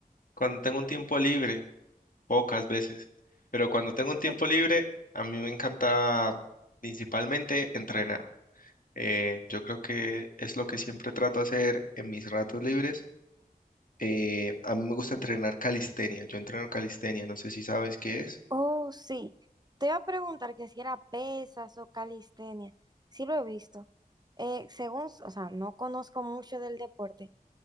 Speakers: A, on the left; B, on the right.
A: Cuando tengo un tiempo libre, pocas veces, pero cuando tengo un tiempo
B: <laughs>
A: libre, a mí me encanta principalmente entrenar. Eh, yo creo que es lo que siempre trato de hacer en mis ratos libres. Eh, a mí me gusta entrenar calistenia. Yo entreno calistenia, no sé si sabes qué es.
B: Oh, sí. Te iba a preguntar que si era pesas o calistenia. Sí lo he visto. Eh, según, o sea, no conozco mucho del deporte,